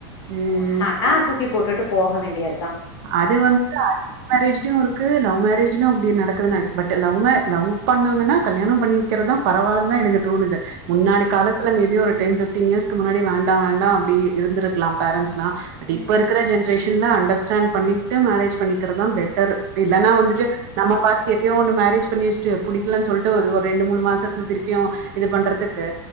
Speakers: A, on the right (about 40°); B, on the left (about 85°).
A: ம்.
B: வேணானா தூக்கி போட்டுட்டு போக வேண்டிய
A: அது வந்து <inaudible> மேரேஜ்லியு இருக்கு லவ் மேரேஜ் இன்னு அப்டி நடக்குதுனா பட்லவ் மே லவ் பண்ணாங்கன்னா கல்யாணம் பண்ண வெக்கிறத்தா பரவாலன்தா எனக்கு தோணுது முன்னாடி
B: அ
A: காலத்துல மேபி ஒரு டென் ஃபிஃப்டீன் இயர்ஸ்கு முன்னாடி வேண்டா வேண்டா அப்டி இருந்திருக்லா பேரண்ட்ஸ்லா ட்
B: ம்
A: இப்ப இருக்ற
B: ம் ம்
A: ஜென்ரேஷன்ல அண்டஸ் <unintelligible> பண்ணிகிட்டு மேரேஜ் பண்ணிக்கறத்தா பெட்டரு இல்லன்னா வந்துட்டு நம்ம பாத்து ப்டியோ ஒண்ணு மேரேஜ் பண்ணி வெச்ட்டு புடிக்கலன் சொல்ட்டு ஒது ஒரு ரெண்டு மூணு மாசத்ல் திருப்பியு இது பண்றதுக்கு